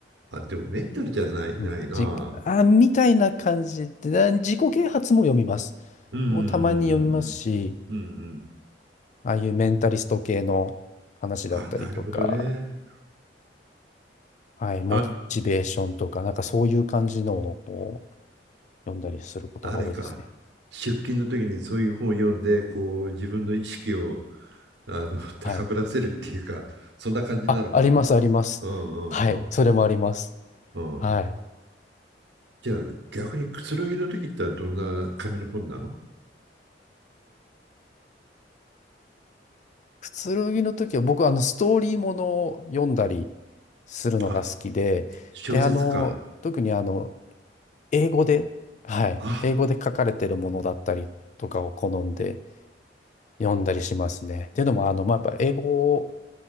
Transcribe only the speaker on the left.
うんじ、
あ、みたいな感じで、だ自己啓発も読みます。
もうたまに読みますし、
ああいうメンタリスト系の話だったりとか、
はい、モチベーションとか、
なんかそういう感じのをこう読んだりすることが多いですね。
はい。
あ、あります、あります。
はい、それもあります。
はい。
くつろぎの時は僕、あの、ストーリーものを読んだりするのが好きで、
で、あの、特にあの、英語で、はい、
英語で書かれてるものだったりとかを好んで読んだりしますね。っていうのも、あの、まあ、やっぱ英語